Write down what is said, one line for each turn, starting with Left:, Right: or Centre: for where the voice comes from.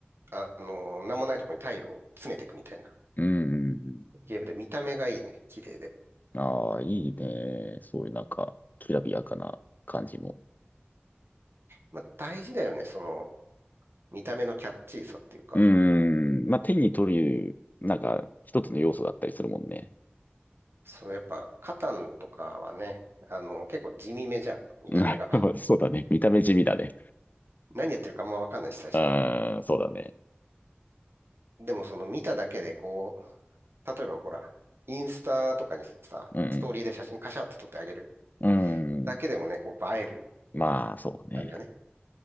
Right: あの、なんもないとこにタイルを詰めていくみたいな
Left: うん。
Right: ゲームで見た目がいいね。綺麗で。
Left: ああー、いいね。そういうなんか、きらびやかな感じも。
Right: まあ、大事だよね。その、見た目のキャッチーさっていうか。
Left: うーん、まあ、手に取る、なんか、一つの要素だったりするもんね。
Right: そう、やっぱ、カタンとかはね、あの、結構地味めじゃん。見た目が。
Left: うん <laughs> そうだね。見た目地味だね。
Right: 何やってるかあんまわかんないし、最初。
Left: うーん、そうだね。
Right: でもその見ただけでこう、例えばほら、インスタとかにさ、
Left: うん、
Right: ストーリーで写真カシャって撮ってあげる
Left: うん。
Right: だけでもね、こう映える
Left: まあ、そうね。
Right: 感じだね。